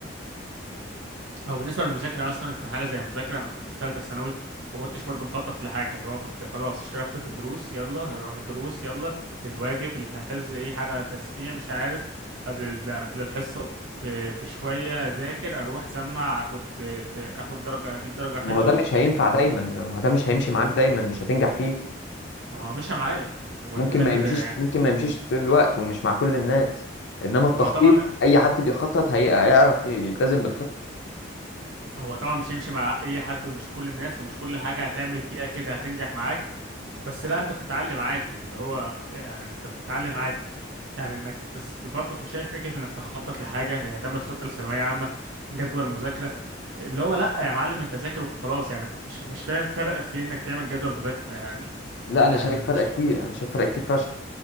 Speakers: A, on the right; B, on the left.
A: هو بالنسبة للمذاكرة مثلا في حاجة زي المذاكرة أنا كنت في تالتة ثانوي ما كنتش برضه مخطط لحاجة اللي هو كنت خلاص اشتركت في دروس يلا روح الدروس يلا الواجب الحفظ أي حاجة تسميع مش عارف قبل ال- قبل الحصة ب- بشوية أذاكر أروح أسمع أخد أخد درجة أجيب درجة حلوة
B: ما هو ده مش هينفع دايما ما هو ده مش هيمشي معاك دايما مش هتنجح فيه
A: ما هو مشى معايا وفي
B: ممكن
A: الآخر
B: ما يمشيش
A: يعني
B: ممكن ما يمشيش طول الوقت ومش مع كل الناس انما التخطيط
A: هو طبعا
B: اي حد بيخطط هي... هيعرف يلتزم بالخطه
A: هو طبعا مش هيمشي مع اي حد ومش كل الناس ومش كل حاجة هتعمل فيها كده هتنجح معاك بس لا انت بتتعلم عادي واللي هو يعني انت بتتعلم عادي يعني انك بس برضه في شايف فكرة انك تخطط لحاجة يعني تعمل خطة لثانوية عامة جدول مذاكرة اللي هو لا يا معلم انت ذاكر وخلاص يعني انت مش مش فاهم فرق في انك تعمل جدول مذاكرة يعني
B: لا
A: يعني
B: انا شايف
A: مش
B: فرق كتير انا شايف فرق كتير فشخ